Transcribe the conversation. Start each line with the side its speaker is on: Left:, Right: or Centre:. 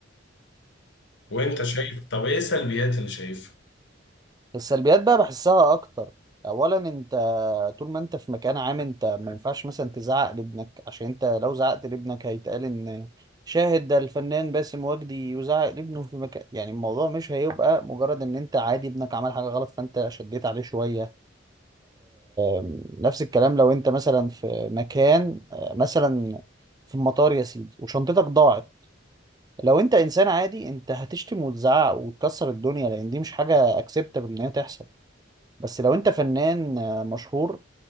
Left: وأنت شايف طب إيه السلبيات اللي شايفها؟
Right: السلبيات بقى بحسها اكتر اولا انت طول ما انت في مكان عام انت ما ينفعش مثلا تزعق لابنك عشان انت لو زعقت لابنك هيتقال ان شاهد ده الفنان باسم وجدي يزعق لابنه في مكان يعني الموضوع مش هيبقى مجرد ان انت عادي ابنك عمل حاجة غلط فانت شديت عليه شوية آم، نفس الكلام لو انت مثلا في مكان آه، مثلا في المطار يا سيدي وشنطتك ضاعت لو انت انسان عادي انت هتشتم وتزعق وتكسر الدنيا لان دي مش حاجة اكسبتable ان هي تحصل بس لو انت فنان آه، مشهور